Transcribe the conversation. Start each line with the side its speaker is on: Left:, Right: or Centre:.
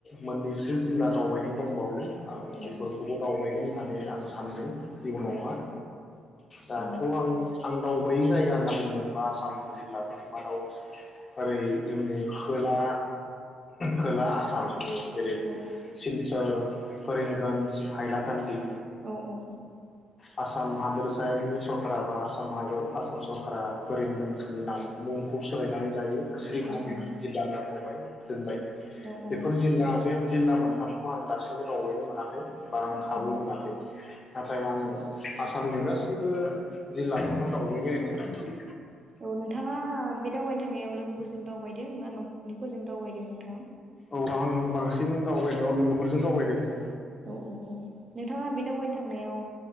Left: मोननैसो जिल्ला दावबायनो दंबावो आं
Right: औ
Left: बेफोरखौबो दावबायगोन होननानै आं सानदों इयुनावहाय
Right: औ
Left: दाथ'
Right: औ
Left: आं आं दावबायै जायगा होनना बुंदोंबा आसामनि जिल्लाफोरनि मादाव ओरै जोंनि खोला खोला आसाम जेरै
Right: औ
Left: सिलसर करिंमगन्ज हाइलाकान्दि
Right: औ औ औ
Left: आसाम हादोरसायारि सरकारा बा आसाम हादोर आसाम सरकारा करिमगन्जनि नाम मुंखौ सो सोलायनानै लायो <unintelligible> जिल्ला
Right: औ
Left: होनना बुंबाय दोनबाय
Right: औ
Left: बेफोर
Right: औ
Left: जिल्ला बे जिल्ला मोनथामखौ आं दासिमबो दावबायनो मोनाखै बा आं
Right: औ
Left: खाबु मोनाखै नाथाय आङो आसामनि गासैबो जिल्लाफोरावनो दावबायबाय आङो
Right: औ नोंथाङा बे दावबायनो थांनायाव लोगोफोरजों दावबायदों ना न निफोरजों जों दावबायदों नोंथां?
Left: औ आं बांसिन दावबायनायाव लोगोफोरजों दावबायदों ।
Right: औ औ औ नोंथाङा बे दावबायनो थांनायाव